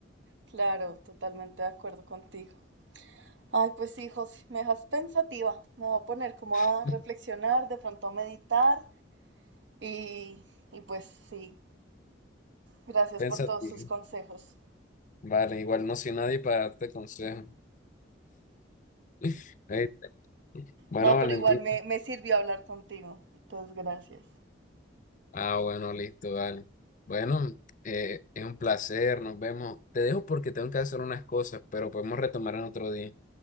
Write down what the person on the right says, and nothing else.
Claro, totalmente de acuerdo contigo. Ay, pues sí, José, me dejas pensativa. Me voy a poner como a
reflexionar, de pronto a meditar y, y pues sí, gracias
por todos tus consejos.
No,
pero igual me, me sirvió hablar contigo. Entonces, gracias.